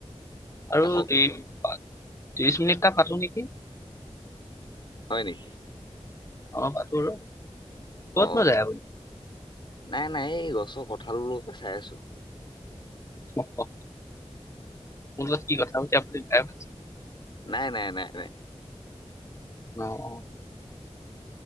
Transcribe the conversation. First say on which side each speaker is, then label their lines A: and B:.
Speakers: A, on the left (about 25°); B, on the left (about 45°).
A: আৰু
B: ৰাখক
A: ত্ৰিশ মিনিট এটা পাতো নেকি?
B: হয় নেকি?
A: অ' পাতো ৰ, ক'তনো
B: অ
A: যায় আপুনি?
B: নাই নাই, এই গছৰ কঁঠালবোৰকে চাই আছো।
A: মোক কওক মোৰ লগত কি কথা পাতি আপুনি বেয়া পাইছে?
B: নাই নাই, নাই নাই।
A: অ, অ।